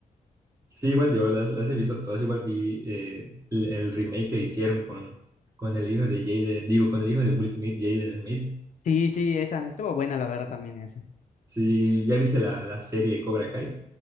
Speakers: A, on the right (about 20°); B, on the left (about 55°).
A: Sí, igual yo las, las he visto todas, igual vi eh, el, el remake que hicieron con, con el hijo de Jaden, digo, con el hijo de Will Smith, Jaden Smith.
B: Sí, sí, esa, estuvo buena la verdad también esa.
A: Sí, ¿ya viste la, la serie de Cobra Kai?